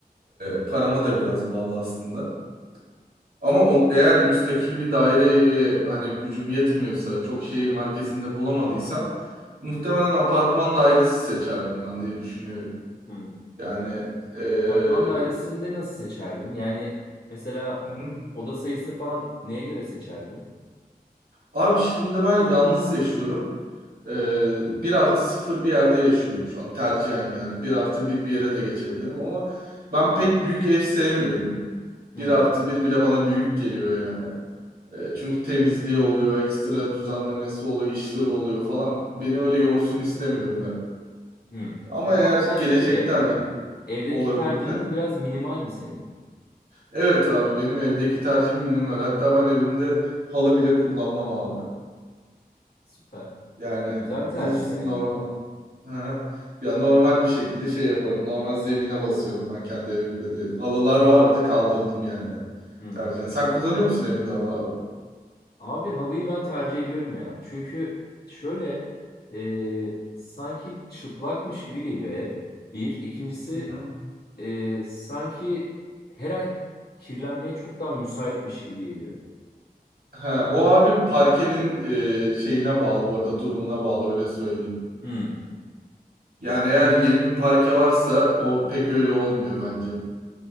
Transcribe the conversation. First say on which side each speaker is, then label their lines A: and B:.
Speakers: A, on the left; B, on the right.
A: Hmm.
B: E, parama da biraz bağlı aslında. Ama on, eğer müstakil bir daireye hani gücüm yetmiyorsa çok şehir merkezinde bulamadıysam muhtemelen apartman dairesi seçerdim ben diye düşünüyorum.
A: Hmm.
B: Yani e,
A: Apartman dairesinde nasıl seçerdin? Yani mesela
B: Hı hı.
A: oda sayısını falan neye göre seçerdin?
B: Abi şimdi ben yalnız yaşıyorum. Ee, 1 artı sıfır bir yerde yaşıyorum şu an tercihen yani. bir artı bir bir yere de geçebilirim ama ben pek büyük ev sevmiyorum.
A: Hmm.
B: Bir artı bir bile bana büyük geliyor yani. Ee, çünkü temizliği oluyor, ekstra düzenlemesi oluyor, işleri oluyor falan. Beni öyle yorsun istemiyorum ev.
A: Hmm.
B: Ama
A: O zaman
B: eğer
A: sen
B: gelecekte
A: şöyle
B: hani
A: evdeki
B: olabilir
A: tercihin
B: ne?
A: biraz minimal mi senin?
B: Evet abi benim evdeki tercihim minimal. Hatta ben evimde halı bile kullanmam abi.
A: Süper.
B: Yani
A: E, güzel bir tercih
B: düz
A: yani.
B: normal. Ha. Ya normal bir şekilde şey yaparım. Normal zemine basıyorum ben kendi evimde de. Halılar vardı kaldırdım yani.
A: Hmm.
B: Tercihen. Sen kullanıyor musun evinde halı abi?
A: Abi halıyı ben tercih ediyorum ya. Çünkü şöyle e, sanki çıplakmış gibi geliyor ev. Bir. İkincisi
B: Hı hı.
A: e, sanki her an kirlenmeye çok daha müsaitmiş gibi geliyor.
B: Ha, o abi parkenin e, şeyine bağlı bu arada durumuna bağlı öyle söyleyeyim.
A: Hmm.
B: Yani eğer yeni bir parke varsa o pek öyle olmuyor bence.